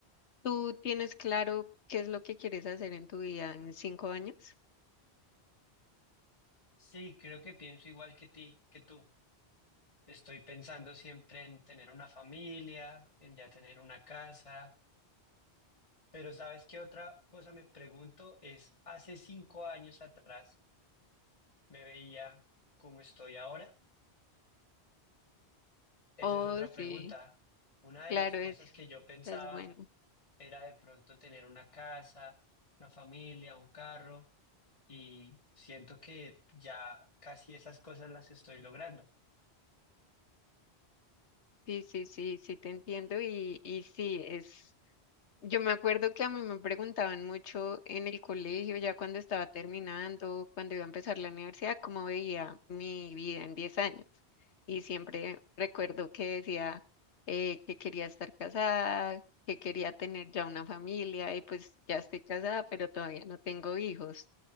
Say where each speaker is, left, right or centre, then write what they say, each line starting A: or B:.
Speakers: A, on the left; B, on the left.
A: ¿Tú tienes claro qué es lo que quieres hacer en tu vida en cinco años?
B: Sí, creo que pienso igual que ti, que tú. Estoy pensando siempre en tener una familia, en ya tener una casa, pero ¿sabes qué otra cosa me pregunto? Es, hace cinco años atrás me veía como estoy ahora. Eso
A: Oh,
B: es otra pregunta.
A: sí,
B: Una
A: claro,
B: de las cosas
A: es,
B: que yo pensaba
A: es bueno.
B: era de pronto tener una casa, una familia, un carro, y siento que ya casi esas cosas las estoy logrando.
A: Sí, sí, sí, sí, te entiendo y, y sí, es... Yo me acuerdo que a mí me preguntaban mucho en el colegio, ya cuando estaba terminando, cuando iba a empezar la universidad, cómo veía mi vida en 10 años. Y siempre recuerdo que decía eh, que quería estar casada, que quería tener ya una familia y pues ya estoy casada, pero todavía no tengo hijos.